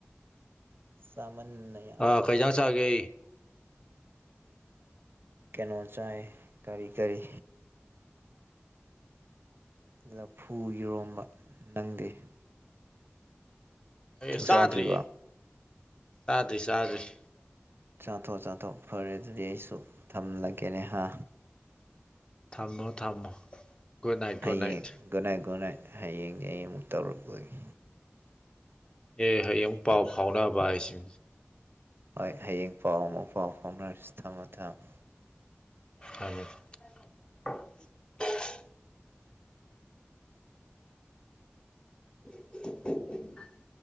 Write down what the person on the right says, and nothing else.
ꯆꯥꯃꯟꯅ ꯌꯥꯔꯦ
ꯀꯩꯅꯣ ꯆꯥꯏ ꯀꯔꯤ ꯀꯔꯤ ꯂꯥꯐꯨ ꯏꯔꯣꯝꯕ ꯅꯪꯗꯤ
ꯆꯥꯛ
ꯆꯥꯗ꯭ꯔꯤꯕ
ꯆꯥꯊꯣꯛꯑꯣ ꯆꯥꯊꯣꯛꯑꯣ ꯐꯔꯦ ꯑꯗꯨꯗꯤ ꯑꯩꯁꯨ ꯊꯝꯂꯒꯦꯅꯦ ꯍ
ꯍꯌꯦꯡ
ꯒꯣꯅꯥꯏ ꯒꯣꯅꯥꯏꯠ ꯍꯌꯦꯡꯒꯤ ꯑꯩ ꯑꯃꯨꯛ ꯇꯧꯔꯛꯇꯣꯏꯅꯤ
ꯍꯣꯏ ꯍꯌꯦꯡ ꯄꯥꯎ ꯑꯃꯨꯛ ꯄꯥꯎ ꯐꯥꯎꯅꯔꯁꯤ ꯊꯝꯃꯣ ꯊꯝꯃꯣ